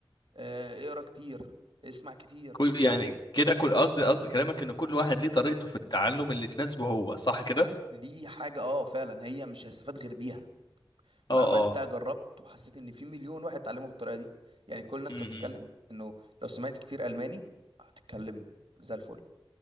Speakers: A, on the right; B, on the left.
A: آه، اقرا كتير اسمع كتير
B: كل
A: مش
B: يعني
A: عارف
B: كده كل قصدي قصدي كلامك ان كل واحد ليه طريقته في التعلم اللي تناسبه هو صح كده
A: دي حاجة اه فعلا هي مش هستفاد غير بيها
B: اه
A: مهما
B: اه
A: انت جربت وحسيت ان في مليون واحد اتعلمه بالطريقة دي يعني كل الناس
B: امم
A: كانت بتتكلم انه لو سمعت كتير الماني هتتكلم زي الفل